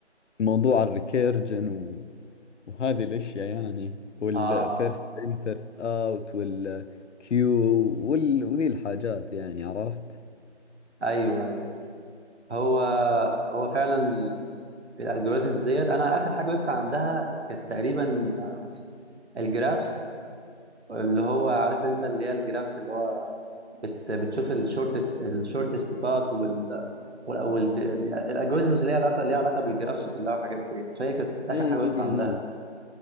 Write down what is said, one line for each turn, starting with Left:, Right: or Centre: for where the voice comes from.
Left: موضوع الريكيرجن وهذه الأشياء يعني والفيرست
Right: اه
Left: إن فيرست أوت والكيو وال... وذي الحاجات يعني عرفت؟
Right: ايوه ايوه هو هو فعلا الالجوريزمز ديت انا اخر حاجه وقفت عندها كانت تقريبا الجرافس اللي هو عارف انت اللي هي الجرافس اللي هو بت بتشوف الشورت الشورتست باث وال وال الالجوريزمز اللي هي علاقه ليها علاقه بالجرافس كلها والحاجات دي فهي كانت اخر
Left: اي
Right: حاجه وقفت
Left: اي
Right: عندها
Left: اي
Right: دي